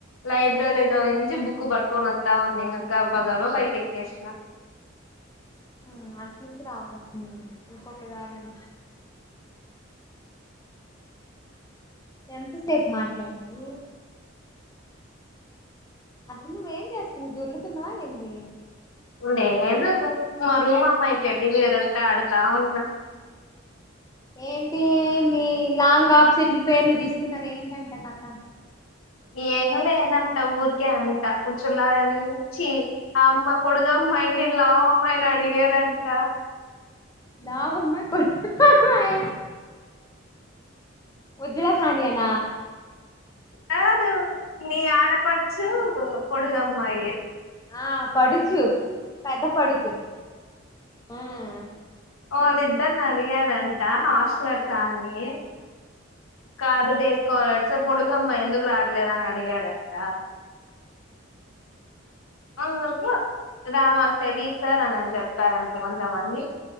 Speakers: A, on the left (about 90°); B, on the left (about 15°).
A: లైబ్రరీలో నుంచి బుక్ పట్టుకొని వస్తా ఉంది ఇంకా అబ్బా గబ్బా పైకి ఎక్కేసిన.
B: ఆ అట్నీ నుంచి రావాల్సింది ఇంకొక దారి నుంచి ఎంతసేపు మాట్లాన్నావు అసలు నువ్వేం చేస్తన్నవ్ దొర్లుతున్నవా ఏంది
A: లేదు మా రూమమ్మాయి టెడ్డిబేర్ ఉంటే ఆడతా ఉన్నా
B: ఏంటి మీ లాంగ్ ఆప్సెంట్లు పేర్లు తీసు కున్నవేంటంట కథ
A: ఏం లేదంట ఊరికే అంట ఉచ్చులాగా అని చి ఆ అమ్మా పొడుగమ్మాయిని నేను లావమ్మాయిని అడిగారంట
B: లావమ్మాయి పొట్టమ్మాయ ఉజ్లసానియన
A: కాదు మీ ఆడపడుచు పొడుగమ్మాయి
B: ఆ పడుచు పెద్ద పడుచు మ్మ్
A: వాళ్ళిద్దరిని అడిగారంట హాస్టలర్స అని కాదు డేస్కలర్స్ పొడుగమ్మాయి ఎందుకు రాట్లేదు అని అడిగాడంట అందుకు రా మాకు చెడిచ్చార్ అనని చెప్పారంటే కొంతమంది